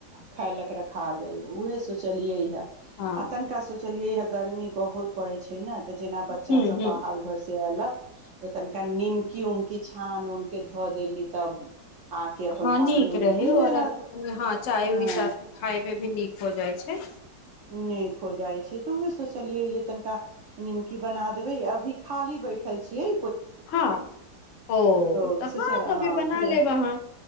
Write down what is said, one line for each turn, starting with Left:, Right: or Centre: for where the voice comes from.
Right: खाय लक रखा गेल उएह सोचलियै हे
Left: हँ
Right: आ तनिका सोचलियै ह गरमी बहुत पड़ैछै न त' जेना बच्चासभ
Left: हूँ हूँ
Right: बाहर उहरसं अयलक त' तनिका निमकी उमकी छान ऊन के धऽ देली तब आके अपन
Left: हँ नीक
Right: पानि उनि
Left: रहै
Right: पी
Left: और
Right: लेलक
Left: हँ चाय उइ
Right: हँ
Left: साथ में खाय मे भी नीक हो जाइ छै
Right: नीक हो जाइ छै तऽ उहे सोचलियै तनिका निमकी बना देबे अभी खाली बैठल छीयै
Left: हँ ओ
Right: तो
Left: तऽ
Right: सोच
Left: हँ
Right: ह
Left: तबे बना लेब अहाँ